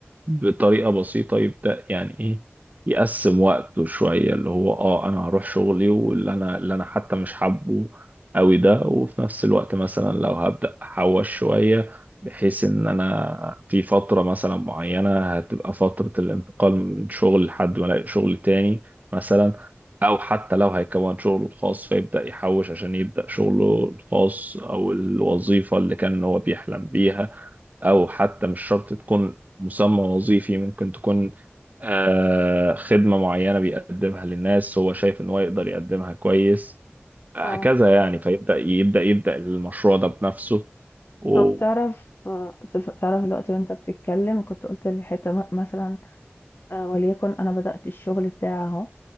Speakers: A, on the right; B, on the left.
A: بطريقه بسيطه يبدا يعني ايه يقسم وقته شويه اللي هو اه انا هروح شغلي واللي انا اللي انا حتى مش حابه قوي ده وفي نفس الوقت مثلا لو هبدا احوش شويه بحيث ان انا في فتره مثلا معينه هتبقى فتره الانتقال من شغل لحد ما الاقي شغل تاني مثلا او حتى لو هيكون شغله الخاص فيبدا يحوش عشان يبدا شغله الخاص او الوظيفه اللي كان هو بيحلم بيها او حتى مش شرط تكون مسمى وظيفي ممكن تكون آه، خدمة معينة بيقدمها للناس هو شايف ان هو يقدر يقدمها كويس هكذا
B: اه
A: يعني فيبدأ يبدأ يبدأ المشروع ده بنفسه و...
B: طب تعرف تف- تعرف الوقت وانت بتتكلم كنت قلت الحتة م- مثلا آه، وليكن انا بدأت الشغل بتاعي اهو